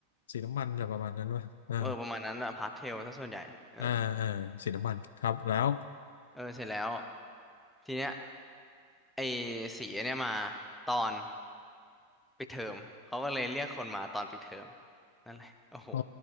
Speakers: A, on the left; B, in the centre.
A: สีน้ำมันอะไรประมาณนั้นวะอ่า
B: เออประมาณนั้นอะพาสเทลซะส่วนใหญ่เออ
A: อ่าอ่าสีน้ำมันครับแล้ว
B: เออเสร็จแล้วทีเนี้ยไอสีเนี่ยมาตอน ปิดเทอมเขาก็เลยเรียกคนมาตอนปิดเทอมนั่นแหละโอ้โห
A: โอ้